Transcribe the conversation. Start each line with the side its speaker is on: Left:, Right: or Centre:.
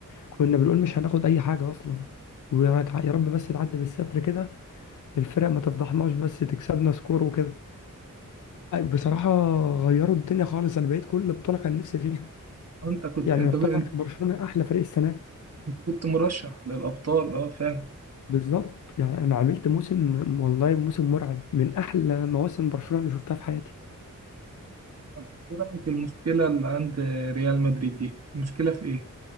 Left: كنا بنقول مش هناخد اي حاجه اصلا ويا ريت- يا رب بس تعدي بالستر كده الفرق ما تفضحناش بس تكسبنا سكور وكده بصراحه غيروا الدنيا خالص انا بقيت كل بطوله كان نفسي فيها
Right: انت كنت
Left: يعني
Right: انت
Left: يعتبر
Right: كنت
Left: برشلونه احلى فريق السنه دي
Right: انت كنت مرشح للأبطال اه فعلا
Left: بالظبط يعني انا عملت موسم والله موسم مرعب من احلى مواسم برشلونه اللي شفتها في حياتي
Right: طب ايه رأيك المشكلة اللي عند ريال مدريد دي المشكلة في ايه؟